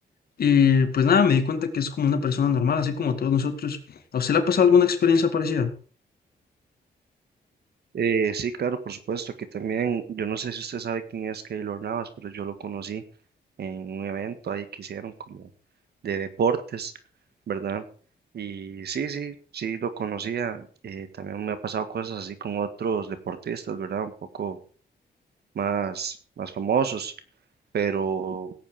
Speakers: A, on the left (about 65°); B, on the right (about 70°).
A: Y pues nada, me di cuenta que es como una persona normal, así como todos nosotros. ¿A usted le ha pasado alguna experiencia parecida?
B: Eh, sí, claro, por supuesto. Aquí también, yo no sé si usted sabe quién es Keylor Navas, pero yo lo conocí en un evento ahí que hicieron como de deportes, ¿verdad? Y sí, sí, sí, lo conocía. Eh, también me ha pasado cosas así con otros deportistas, ¿verdad? Un poco más, más famosos, pero